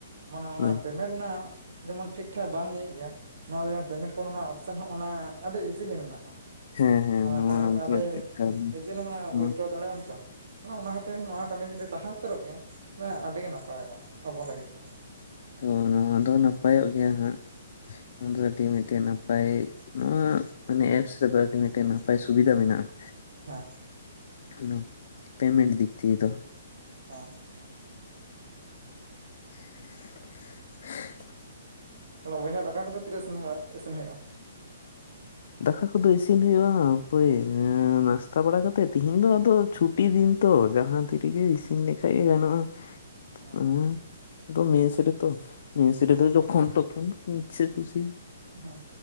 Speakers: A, on the right; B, on the left.
A: ᱢᱟᱱᱮ ᱚᱱᱟ
B: ᱦᱳᱭ
A: ᱢᱮᱱ ᱨᱮᱱᱟᱜ ᱡᱮᱢᱚᱱ ᱴᱷᱤᱠ ᱴᱷᱟᱠ ᱵᱟᱝ ᱤᱭᱟᱹᱜ ᱜᱮᱭᱟ ᱱᱚᱣᱟ ᱫᱚ ᱡᱮᱢᱚᱱ ᱯᱮᱢᱮᱱᱴ ᱠᱚᱨᱮᱱᱟᱜ ᱥᱮ ᱱᱳᱜᱼᱚ ᱱᱟ ᱟᱹᱰᱤ ᱤᱡᱤᱞᱤ ᱢᱮᱱᱟᱜᱼᱟ <inaudible>
B: ᱦᱮᱸ ᱦᱮᱸ
A: ᱚᱱᱟ
B: ᱱᱚᱣᱟ
A: ᱴᱟᱠᱟ ᱠᱚ
B: ᱫᱚ
A: ᱟᱹᱰᱤ
B: ᱮᱠᱟᱞ
A: ᱤᱡᱤᱞᱤ ᱢᱟᱱᱮ
B: ᱱᱚᱣᱟ
A: ᱩᱭᱤᱛᱰᱨᱚ ᱫᱟᱲᱮᱭᱟᱜ ᱟᱢ ᱛᱚ ᱚᱱᱟ ᱠᱟᱛᱮ ᱱᱚᱣᱟ ᱠᱟᱹᱢᱤ ᱡᱩᱫᱤ ᱛᱟᱦᱮᱸᱱ ᱩᱛᱟᱹᱨᱚᱜ ᱜᱮᱭᱟ ᱟᱹᱰᱤ ᱜᱮ ᱱᱟᱯᱟᱭᱚᱜᱼᱟ ᱟᱵᱚ ᱞᱟᱹᱜᱤᱫ ᱫᱚ
B: ᱦᱳ ᱱᱚᱣᱟ ᱫᱚ ᱱᱟᱯᱟᱭᱚᱜ ᱜᱮᱭᱟ ᱦᱟᱸᱜ ᱱᱚᱣᱟ ᱫᱚ ᱟᱹᱰᱤ ᱢᱤᱫ ᱴᱮᱱ ᱱᱟᱯᱟᱭ ᱱᱚᱣᱟ ᱢᱟᱱᱮ ᱮᱯᱥ ᱨᱮᱫᱚ ᱟᱹᱰᱤ ᱢᱤᱫ ᱴᱮᱱ ᱱᱟᱯᱟᱭ ᱥᱩᱵᱤᱫᱷᱟ ᱢᱮᱱᱟᱜᱼᱟ
A: ᱦᱮᱸ
B: <unintelligible> ᱯᱮᱢᱮᱱᱴ ᱫᱤᱠ ᱫᱤᱭᱮ ᱫᱚ
A: ᱦᱮᱸ
B: <unintelligible>
A: ᱛᱟᱞᱮ ᱵᱚᱭᱦᱟ ᱫᱟᱠᱟ ᱠᱚᱫᱚ ᱛᱤᱨᱮ ᱤᱥᱤᱱ ᱵᱟᱲᱟ ᱤᱥᱤᱱ ᱦᱩᱭᱩᱜᱼᱟ <unintelligible>
B: ᱫᱟᱠᱟ ᱠᱚᱫᱚ ᱤᱥᱤᱱ ᱦᱩᱭᱩᱜᱼᱟ ᱦᱟᱸᱜ ᱦᱟᱹᱯᱟᱹᱭ ᱱᱟᱥᱛᱟ ᱵᱟᱲᱟ ᱠᱟᱛᱮᱜ ᱛᱮᱤᱦᱤᱧ ᱫᱚ ᱟᱫᱚ ᱪᱷᱩᱼᱼ ᱴᱤ ᱫᱤᱱ ᱛᱚ ᱡᱟᱦᱟᱸ ᱛᱤᱨᱮᱜᱮ ᱤᱥᱤᱱ ᱞᱮᱠᱷᱟᱡ ᱜᱮ ᱜᱟᱱᱚᱜᱼᱟ
A: ᱚ
B: <unintelligible> ᱟᱫᱚ ᱢᱮᱥ ᱨᱮ ᱛᱚ ᱢᱮᱥ ᱨᱮ ᱫᱚ ᱡᱚᱠᱷᱚᱱ ᱛᱚᱠᱷᱚᱱ ᱤᱪᱪᱷᱟᱹ ᱠᱩᱥᱤ
A: ᱦᱮᱸ